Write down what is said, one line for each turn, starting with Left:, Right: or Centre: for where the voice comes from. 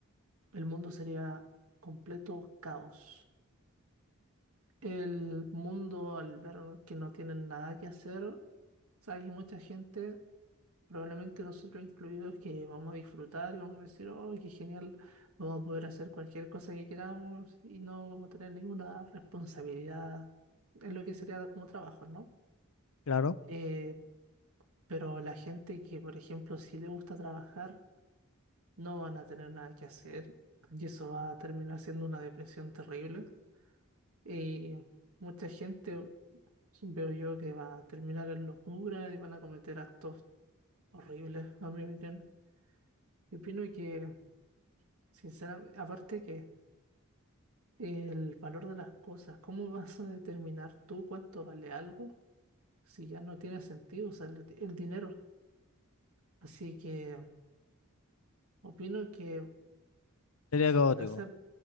Right: el mundo sería completo caos. El mundo al ver que no tienen nada que hacer, o sea, hay mucha gente, probablemente nosotros incluidos, que vamos a disfrutar y vamos a decir, oh, qué genial, vamos a poder hacer cualquier cosa que queramos y no vamos a tener ninguna responsabilidad en lo que sería como trabajo, ¿no?
Left: Claro,
Right: Eh, pero la gente que, por ejemplo, sí le gusta trabajar, no van a tener nada que hacer y eso va a terminar siendo una depresión terrible. Y mucha gente, veo yo, que va a terminar en locura y van a cometer actos horribles, a mi opinión. Yo opino que, sinceramente, aparte que el valor de las cosas, ¿cómo vas a determinar tú cuánto vale algo si ya no tiene sentido usar el, di- el dinero? Así que opino que
Left: sería
Right: si
Left: caótico.
Right: llegase a...